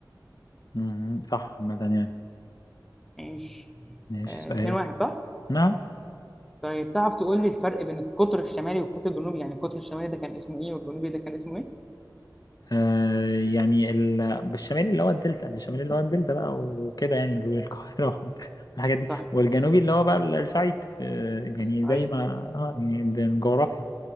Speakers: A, on the left; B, in the centre.
A: مم. صح عامة يعني
B: عيش
A: ماشي
B: آه،
A: سؤالك
B: اتنين واحد صح؟
A: نعم
B: طيب تعرف تقول لي الفرق بين القطر الشمالي والقطر الجنوبي يعني القطر الشمالي ده كان اسمه ايه والجنوبي ده كان اسمه ايه
A: آه يعني ال- الشمالي اللي هو الدلتا الشمالي اللي هو الدلتا بقى وكده يعني القاهره <laughs> والحاجات دي
B: صح
A: والجنوبي اللي هو بقى الصعيد آه يعني
B: بس صحيح
A: زي ما اه يعني ده الجغرافيا